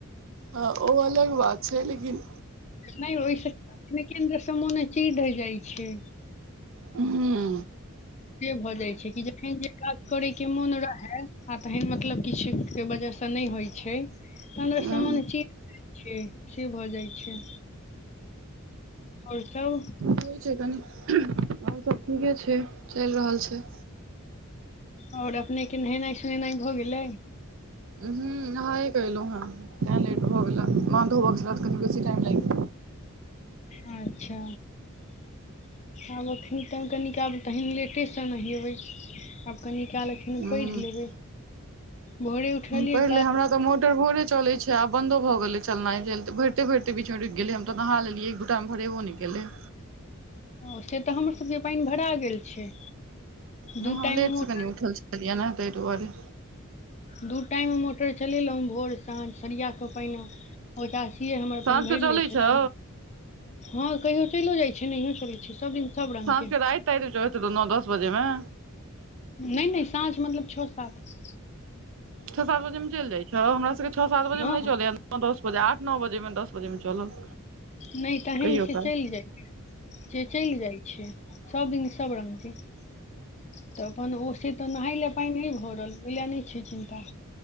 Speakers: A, on the right; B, on the left.
A: हँ ओ अलग बात छै लेकिन
B: नहि ओहि से, लेकिन सब मोने चीज द जाइत छै।
A: हुं।
B: से भए जाय छै कि जखन जे काज करै के मोन रहे आ तखन मतलब किछु के वजह से से नहि होइ छै तखन ओ
A: ह
B: सामान चल जाइ छै से भ जाइ छै। और सब।
A: होइ छै कनि, और सब ठीके छै चलि रहल छै।
B: और अपने के नहेनाइ सोनेनाइ भ गेलै
A: हुं नहाएके एलहु हें तें लेट भ गेल, मार धोबक छले तैं कनि बेसी टाइम लागि गेल।
B: अच्छा आब एखनि त कनि काल कनि लेटेसे नहेबै आब कनि काल एखैन
A: ह
B: पढ़ि लेबै। भोरे उठलियै
A: पहिले
B: काज
A: हमरा तऽ मोटर भोरे चलै छै आब बन्दो भ गेलै चलनाइ, भरिते भरिते बीच मे ुकि गेलै हम त नहा लेलियै एक टाइम भरेबो नै केलै
B: ओ से त हमर सभके पानि भरा गेल छै।
A: नहि
B: दू
A: हम
B: टाइम
A: लेट
B: मोटर
A: से कनि उठल छलियै ने ताहि दुआरे।
B: दू टाइममे मोटर चलेलहुँ। भोर, साँझ, सरिया कऽ पहिने। ओ चाचीये हमर अपन
A: साँझके
B: भरि
A: चलै
B: लै छथिन।
A: छौ
B: हँ कहियो चलो जाइत छै, नहियो चलैत छै, सभ दिन सब रंग
A: साझके
B: के
A: राइत न दस बजे मे।
B: नहिै- नहि साँझ, मतलब छ साात।
A: छओ सात बजे मे चलि जै छौ, हमरा सबके छओ सात बजे
B: हँ
A: मे नहि चलैया। दस बजे, आठ नओ बजे मे, दस बजे में चलल।
B: नहि तहन
A: कहियो
B: से
A: काल
B: चलि जाइय से, चलि जाइ छै। सब जिन सब रङंगग छै, तऽ अपन ओ से तऽ नहाले। पाइन नहि भरल, ओहि लए नहि छै चिन्ता,